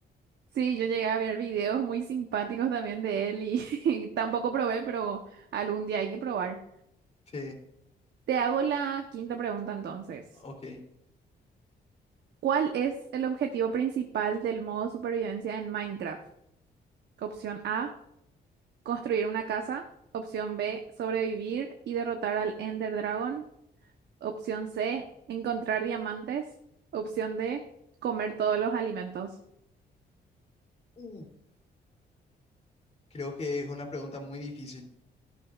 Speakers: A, on the right; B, on the left.
A: Sí, yo llegué a ver videos muy simpáticos también de él y <laughs> tampoco probé, pero algún día hay que probar.
B: Sí,
A: Te hago la quinta pregunta entonces.
B: ok.
A: ¿Cuál es el objetivo principal del modo supervivencia en Minecraft? Opción A, construir una casa. Opción B, sobrevivir y derrotar al Ender Dragon. Opción C, encontrar diamantes. Opción D, comer todos los alimentos.
B: Uh, creo que es una pregunta muy difícil.